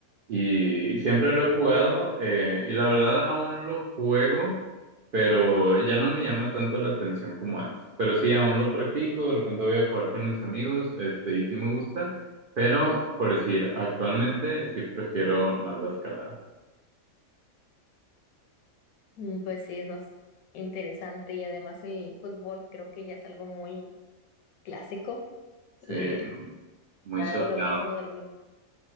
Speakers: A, on the right (about 75°); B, on the left (about 85°).
A: y siempre
B: Sí.
A: lo he jugado eh, y la verdad aún lo juego, pero ya no me llama tanto la atención como antes, pero sí, aún lo practico, de repente voy a jugar con mis amigos, este, y sí me gusta, pero por decir, actualmente sí prefiero más la escalada,
B: Mm, Pues sí, es más interesante y además el fútbol creo que ya es algo muy clásico
A: sí,
B: y
A: muy
B: ya
A: choteado,
B: de lo mismo, de lo mismo.